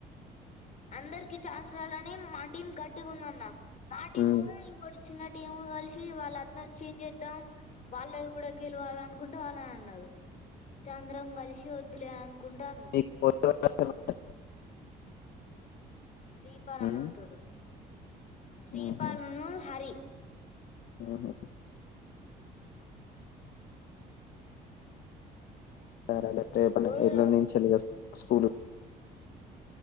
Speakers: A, on the left (about 45°); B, on the left (about 65°).
A: అందరికి ఛాన్స్ రాలని మా టీం గట్టిగా ఉందన్న మా టీము
B: హ్మ్.
A: ఇంకోటి చిన్న టీం కలిసి వాళ్ళు అతను చేంజ్ చేద్దాం వాళ్ళ కూడా గెలవాల అనుకుంటే వాళ్ళని అన్నారు తంద్రం కలిసి వద్దులే అనుకుంటాను
B: <inaudible>
A: శ్రీపాల్
B: హ్మ్.
A: అని ఉంటాడు శ్రీపాాలను
B: హుహు.
A: హరి
B: హుహు. సరే అ రేపు
A: ఘోరం
B: ఎలో నుేంచి చెల్లి స్కూల్ా